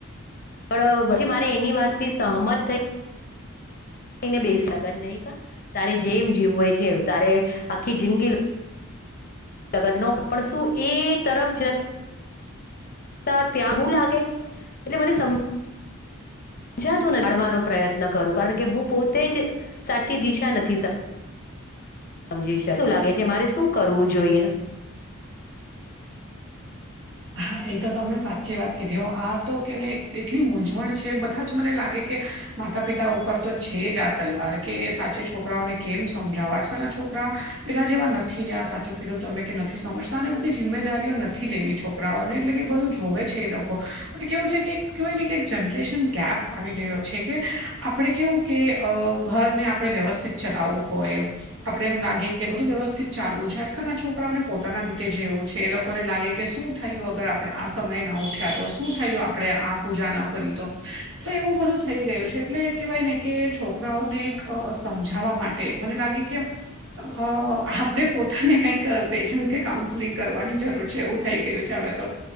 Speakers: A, on the left; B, on the right.
A: -પણ પછી મારે એની વાત થી સહમત થઈ- ને બેસ લગન નહી કર તારે જેમ જીવું હોય જે તારે આખી જિંદગી લગન નો પણ શું એ તરફ જતો તા ત્યાં હું લાગે એટલે મને સમજ સમજાતું ભણવાનો પ્રયત્ન કરું કારણ કે હું પોતે જ સાચી દિશા નજીક નક્કી સમજી શું લાગે છે, મારે શું કરવું જોઈએ.
B: હા એતો તમે સાચી વાત કીધી આતો કેને એટલી મૂંઝવણ છે, બધા જ મને લાગે કે માતા પિતા ઉપર તો છે, જ આ તલવાર કે સાચે છોકરાઓને કેમ સમજાવો આજકાલના છોકરા પેલા જેવા નથી રહ્યા સાચું કીધું તમે કે નથી, સમજતા અને બધી જિમ્મેદારીઓ નથી લેવી છો છોકરાઓને એટલે કે બધું જોવે છે, એ લોકો એ કેવું છે, કે કેહેવાયને કે જનરેશન ગેપ આવી ગયો છે, કે આપણે કેવું કે અ ઘરને આપણે વ્યવસ્થિત ચલાવવું હોય. આપડે એમ લાગે કે બધું વ્યવસ્થિત ચાલવું છે, આજકાલના છોકરાઓને પોતાના રીતે જેવું છે, એ લોકોને લાગે કે શું થયું અગર આપડે આ સમયના ઉઠ્યા તો શું થયું આપડે આ પૂજાના કરી તો તો એવું બધું થઈ ગયું છે, એટલે કેહેવાયને કે છોકરાઓને એક સમજાવવા માટે તે મને લાગે કે અ આપણે પોતાને કઈક પેસશન્સ કે કાઉન્સેલિંગ કરવાની જરૂર છે એવું થઈ ગયું છે હવે તો